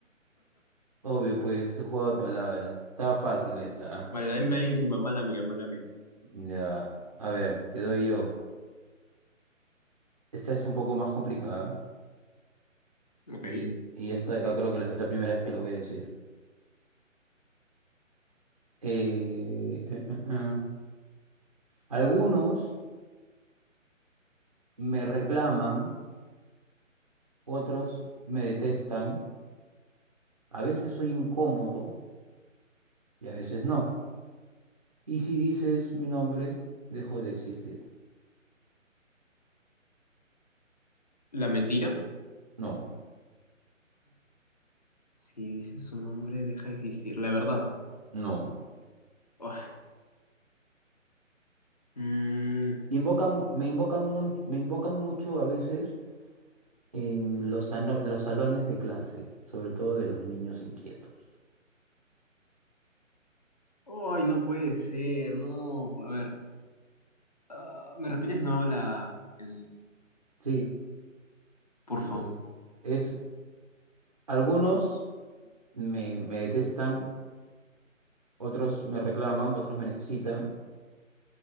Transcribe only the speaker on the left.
Mala,
malísima, mala mía, mala mía.
Ok.
La mentira.
Si dices su nombre, deja de existir. La verdad.
Oh. Mm,
Ay, no puede ser, no. A ver, ah, ¿me repites no la, el,
porfa?